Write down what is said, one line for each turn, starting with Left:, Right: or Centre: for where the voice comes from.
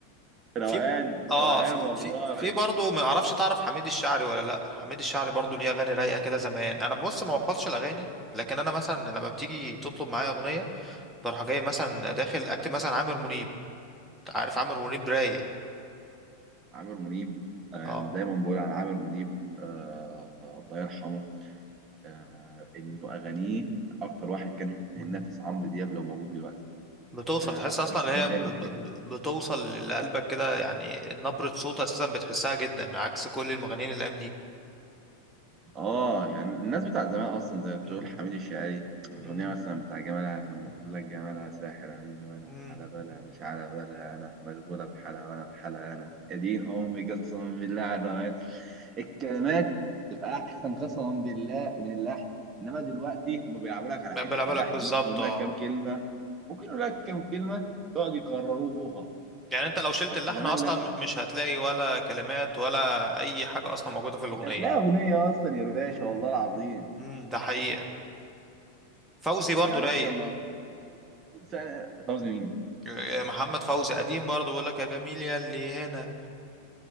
Centre: في
Right: روقان
Centre: اه
Right: روقان
Centre: في
Right: والله
Centre: في في برضه ما اعرفش تعرف حميد الشاعري ولا لا حميد الشاعري برضه ليه اغاني رايقه كده زمان انا بص ما بحفظش الاغاني لكن انا مثلا لما بتيجي تطلب معايا اغنيه بروح جاي مثلا داخل اكتب مثلا عامر منيب عارف عامر منيب رايق
Right: عامر منيب انا
Centre: اه
Right: دايما بقول عن عامر منيب آه الله يرحمه آه، انه اغانيه اكتر واحد كان هينافس عمرو دياب لو موجود دلوقتي
Centre: بتوصل
Right: آه،
Centre: تحس اصلا
Right: الثمانية
Centre: اللي هي ب...
Right: بنت
Centre: ب...
Right: كلب
Centre: ب- بتوصل لقلبك كده يعني نبرة صوت اساسا بتحسها جدا عكس كل المغنيين الايام دي
Right: اه يعني الناس بتاع زمان اصلا زي ما بتقول
Centre: مم،
Right: حميد الشاعري الاغنيه
Centre: مم،
Right: مثلا بتاع جمالها لما بتقول لك جمالها ساحر عيون وانا
Centre: مم.
Right: على بالها مش على بالها انا مشغوله بحالها وانا بحالها انا يا دين امي قسما بالله على الروقان الكلمات تبقى احسن قسما بالله من اللحن انما دلوقتي هم بيلعبوا لك على
Centre: بلا
Right: حته
Centre: بالك
Right: اللحن
Centre: بالظبط
Right: ممكن يقول
Centre: اه
Right: لك كام كلمه ممكن يقول لك كام كلمه يقعد يكرروها
Centre: يعني انت لو شلت
Right: بس
Centre: اللحن
Right: زمان
Centre: اصلا
Right: لا
Centre: م- مش هتلاقي ولا كلمات ولا اي حاجة اصلا موجودة في الاغنية
Right: مش هتلاقي اغنيه اصلا يا باشا
Centre: مم،
Right: والله العظيم
Centre: مم، مم. ده حقيقة فوزي برضو
Right: يعني
Centre: رايق
Right: مثلا ما- سنة فوزي مين
Centre: آه، محمد فوزي قديم برضو بيقول لك يا جميل يا اللي هنا